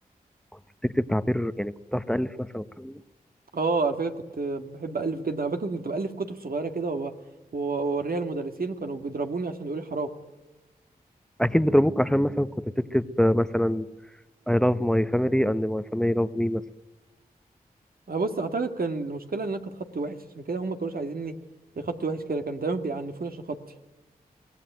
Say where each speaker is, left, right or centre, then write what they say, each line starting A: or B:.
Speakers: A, in the centre; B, on the right.
A: كنت بتكتب تعبير يعني كنت بتعرف تألف مثلا والكلام ده
B: اه على فكره كنت بحب الف جدا على فكره كنت بالف كتب صغيره كده وب- واوريها للمدرسين وكانوا بيضربوني عشان يقولوا لي حرام
A: اكيد بيضربوك عشان مثلا كنت بتكتب آه، مثلا I love my family and my family love me مثلا
B: انا بص اعتقد كان المشكله ان انا كان خطي وحش عشان كده هم ما كانوش عايزيني خطي وحش كده كانوا دايما بيعنفوني عشان خطي